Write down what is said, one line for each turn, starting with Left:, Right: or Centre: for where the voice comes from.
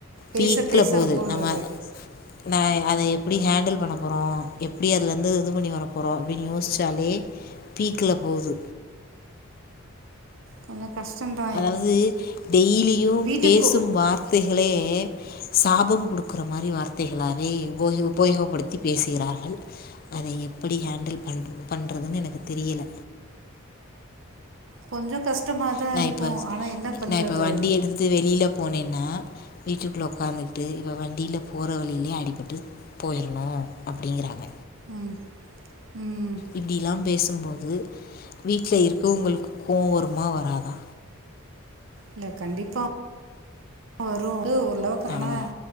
Right: பேச
Left: பீக்ல
Right: பேச
Left: போது
Right: ரொம்ப
Left: நம்ம
Right: லோவாயிடுது
Left: நா அதை எப்டி ஹேண்டுல் பண்ண போ அப்பறொ எப்டி அதுலேர்ந்து இது பண்ணி வர போறோ அப்டின்னு யோஸ்ச்சாலே பீக்குல போது
Right: கொஞ்சம் கஷ்டம் தா
Left: அதாவது டெய்லியு
Right: வீட்டுக்கு
Left: பேசும் வார்த்தைகளே சாபம் கொடுக்குற மாரி வார்த்தைகளாவே உப உபயோகப்படுத்தி பேசுகிறார்கள் அத எப்படி ஹேண்டில் பண் பண்றதுனு எனக்கு தெரியல
Right: கொஞ்ச கஷ்டமா தா
Left: நான்
Right: இருக்கு
Left: இப்போ
Right: ஆனா என்ன பண்றது
Left: நான் இப்போ வண்டி எடுத்துட்டு வெளில போனேனா வீட்டுகுள்ள உக்காந்துட்டு இவ வண்டில போற வழியிலயே அடிபட்டு போயிறணும் அப்டிங்கிறாங்க
Right: ம் ம்ம்
Left: இப்படிலா பேசும்போது வீட்ல இருக்குறவங்களுக்கு கோவ் வருமா வராதா
Right: இல்ல கண்டிப்பா வரும் வந்து ஓரளவுக்கு ஏன்னா
Left: ஆமாம்